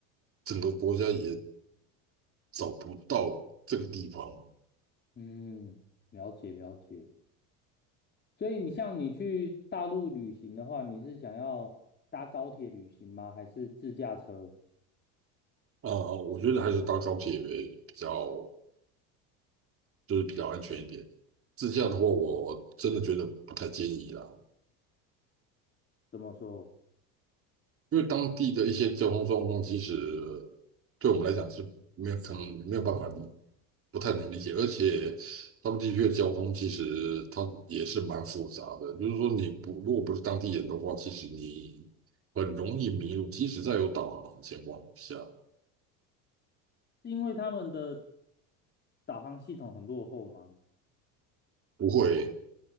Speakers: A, on the right; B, on the left.
A: 整个国家也找不到这个地方
B: 嗯，了解了解。所以你像你去大陆旅行的话，你是想要搭高铁旅行吗？还是自驾车？
A: 啊。我觉得还是搭高铁为比较，就是比较安全一点。自驾的话，我真的觉得不太建议啦，
B: 怎么说？
A: 因为当地的一些交通状况，其实对我们来讲是没有可能没有办法不太能理解，而且他们地区的交通其实它也是蛮复杂的，就是说你不如果不是当地人的话，其实你很容易迷路，即使在有导航的情况下，
B: 是因为他们的导航系统很落后吗？
A: 不会。